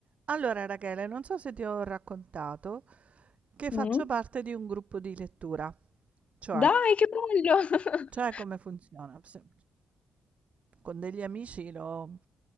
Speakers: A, on the right; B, on the left.
A: Allora, Rachele, non so se ti ho raccontato che faccio
B: Mm.
A: parte di un gruppo di lettura, cioè,
B: Dai, che bello! <laughs>
A: cioè come funziona? Se- con degli amici lo,